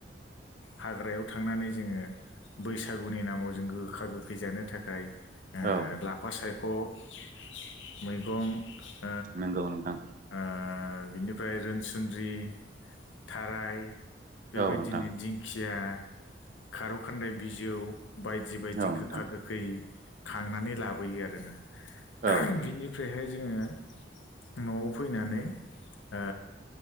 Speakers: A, on the left; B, on the right.
A: हाग्रायाव थांनानै जोङो बैसागुनि नामाव जों गोखा गोखै जानो थाखाय ओ
B: औ
A: लाफा सायख' मैगं।
B: नोंगौ नोंथां।
A: ओ बिनिफ्राय रोनसुन्द्रि, थाराय बेबायदिनो
B: औ नोंथां
A: दिंखिया खारौ खान्दाय बिजौ बायदि बायदि
B: औ
A: गोखा
B: नोंथां
A: गोखै खांनानै लाबोयो आरोना।
B: औ
A: बिनिफ्रायहाय जोङो न'आव फैनानै ओ